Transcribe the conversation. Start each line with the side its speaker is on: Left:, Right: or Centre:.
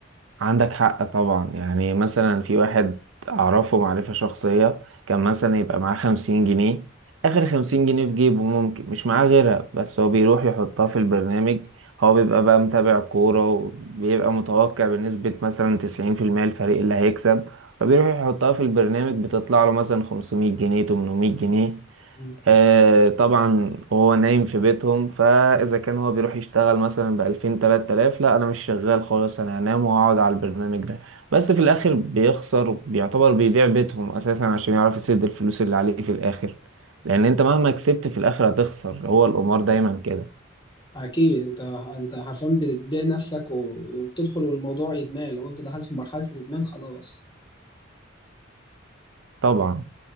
Right: عندك حق طبعا يعني مثلا في واحد أعرفه معرفة شخصية كان مثلا يبقى معاه خمسين جنيه آخر خمسين جنيه في جيبه ممكن مش معاه غيرها بس هو بيروح يحطها في البرنامج هو بيبقى بقى متابع كورة وبيبقى متوقع بنسبة مثلا تسعين في المية الفريق اللي هيكسب فبيروح يحطها في البرنامج بتطلع له مثلا خمسمية جنيه تمنمية جنيه
Left: مم.
Right: آه طبعا وهو نايم في بيتهم فاذا كان هو بيروح يشتغل مثلا بألفين تلات آلاف لا انا مش شغال خالص انا هنام وهقعد على البرنامج ده بس في الاخر بيخسر بيعتبر بيبيع بيتهم اساسا عشان يعرف يسد الفلوس اللي عليه في الاخر لان انت مهما كسبت في الاخر هتخسر هو القمار دايما كده
Left: أكيد أنت أنت حرفيا بتبيع نفسك و- وبتدخل والموضوع إدمان لو أنت دخلت في مرحلة الإدمان خلاص
Right: طبعا